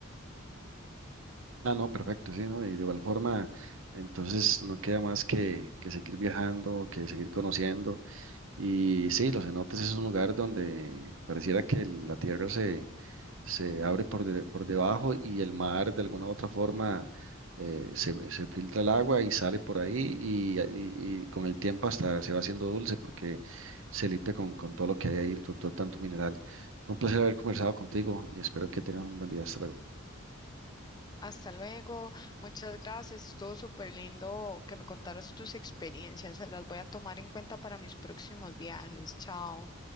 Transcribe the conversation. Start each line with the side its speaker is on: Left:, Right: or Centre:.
Right: Ah, no, perfecto, sí, ¿no? Y de igual forma, entonces no queda más que, que seguir viajando, que seguir conociendo. Y sí, los cenotes es un lugar donde pareciera que el- la tierra se, se abre por, de- por debajo y el mar de alguna u otra forma eh, se, se filtra el agua y sale por ahí y, y- y con el tiempo hasta se va haciendo dulce porque se limpia con, con todo lo que hay ahí, con todo tanto mineral. Fue un placer haber conversado contigo y espero que tengas un buen día. Hasta luego.
Left: Hasta luego, muchas gracias, estuvo súper lindo que me contaras tus experiencias, las voy a tomar en cuenta para mis próximos viajes, chao.